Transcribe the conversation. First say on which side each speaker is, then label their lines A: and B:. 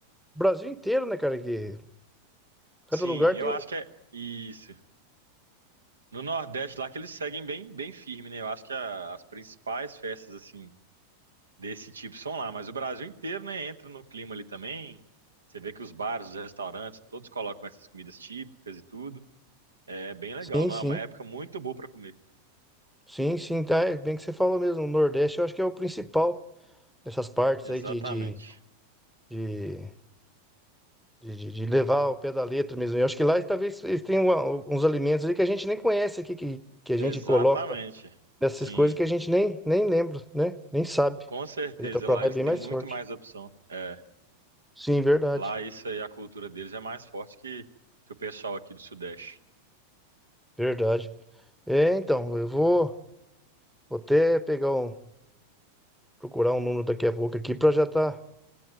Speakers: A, in the centre; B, on the right.
A: Brasil inteiro, né, cara? Que cada
B: Sim,
A: lugar
B: eu
A: tem um.
B: acho que é isso. No Nordeste lá que eles seguem bem, bem firme, né? Eu acho que a- as principais festas assim desse tipo são lá, mas o Brasil inteiro, né, entra no clima ali também. Você vê que os bares, os restaurantes, todos colocam essas comidas típicas e tudo. É bem legal,
A: Sim,
B: não?
A: sim.
B: É uma época muito boa para comer.
A: Sim, sim, tá. É bem que você falou mesmo. O Nordeste eu acho que é o principal nessas partes
B: Exatamente.
A: aí de, de, de, de, de- de levar o pé da letra mesmo. Eu acho que lá talvez eles tenham uma- uns alimentos ali que a gente nem conhece aqui, que, que a gente
B: Exatamente.
A: coloca nessas
B: Sim,
A: coisas que a gente nem, nem lembra, né? Nem sabe.
B: com certeza.
A: A gente tá pra
B: Lá
A: lá
B: eles
A: é bem
B: têm
A: mais
B: muito
A: forte.
B: mais opção. É,
A: Sim, verdade.
B: lá isso aí, a cultura deles é mais forte que, que o pessoal aqui do Sudeste.
A: Verdade. É, então, eu vou, vou até pegar um, procurar um número daqui a pouco aqui pra já tá